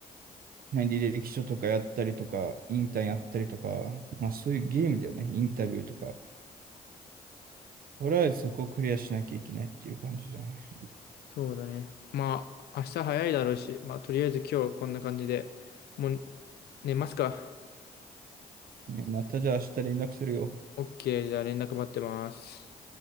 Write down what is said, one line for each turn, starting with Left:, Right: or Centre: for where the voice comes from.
Right: 何履歴書とかやったりとか、インターンやったりとか、まあそういうゲームだよね。インタビューとか。とりあえずそこをクリアしなきゃいけないっていう感じじゃない。
Left: そうだね。まあ、明日早いだろうし、まあ、とりあえず今日こんな感じで、もう寝ますか。
Right: いや、またじゃあ明日連絡するよ。
Left: OK、じゃあ連絡待ってます。